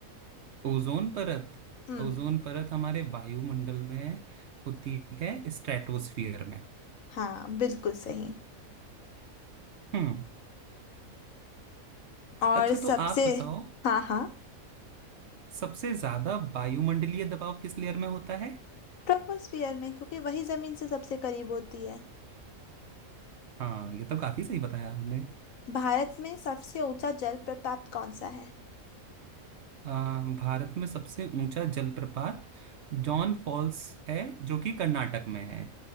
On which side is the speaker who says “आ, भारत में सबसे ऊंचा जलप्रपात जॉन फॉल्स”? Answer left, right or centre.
Right